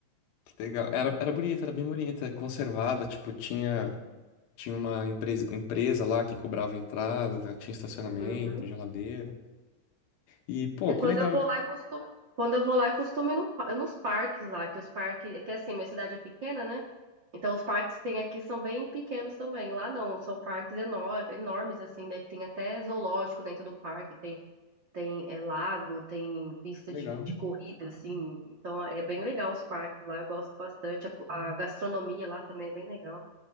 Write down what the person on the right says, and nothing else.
Uhum.
É quando
eu vou
lá, eu costumo, quando eu vou lá, eu costumo ir num pa- nos parques lá, que os parques, é que assim, minha cidade é pequena, né? Então, os parques que tem aqui são bem pequenos também. Lá não, são parques enor enormes, assim, né? Que tem até zoológico dentro do parque, tem, tem é, lago, tem pista
de, de corrida, assim. Então, é bem legal os parques lá, eu gosto bastante. A, co- a gastronomia lá também é bem legal.